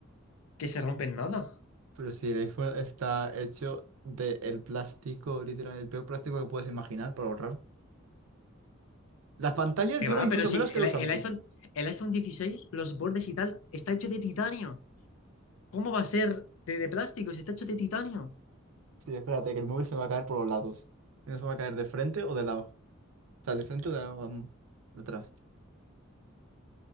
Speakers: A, on the left; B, on the right.
A: que se rompe en nada.
B: Pero si el iPhone está hecho de el plástico, literalmente, el peor plástico que puedes imaginar para ahorrar. Las pantallas
A: Que
B: duran
A: va,
B: incluso
A: pero si
B: menos que
A: el,
B: los
A: el
B: Samsung.
A: iPhone, el iPhone 16, los bordes y tal, está hecho de titanio. ¿Cómo va a ser de, de plástico si está hecho de titanio?
B: Sí, espérate, que el móvil se me va a caer por los lados. Y no se me va a caer de frente o de lado. O sea, de frente o de, lado, mm, de atrás.